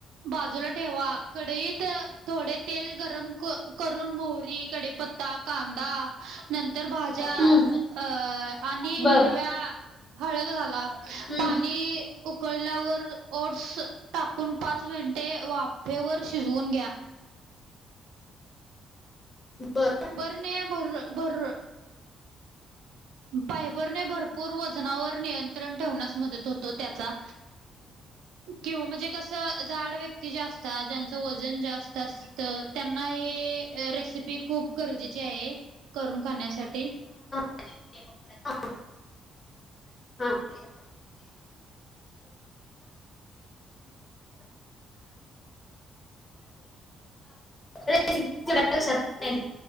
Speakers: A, on the right; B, on the left.
A: बाजूला ठेवा. कढईत थोडे तेल गरम करून मोहरी, कडी पत्ता, कांदा नंतर भाज्या
B: हम्म
A: अ आणि
B: बर
A: हिरव्या हळद घाला.
B: हम्म
A: पाणी उकळल्यावर ओट्स टाकून पाच मिनटे वाफेवर शिज शिजवून घ्या.
B: बर.
A: ने भर भर, फायबर ने भर पूर वजनावर नियंत्रण ठेवण्यास मदत होतो त्याचा. किंवा म्हणजे कसं जाड व्यक्ती जे असतात, ज्यांचं वजन जास्त असतं त्यांना हे हे रेसिपी खूप गरजेची आहे, करून खाण्यासाठी.
B: हा <unintelligible> हा. <unintelligible> <unintelligible> रेसिपी एवढ्या लक्षात राहत नईत.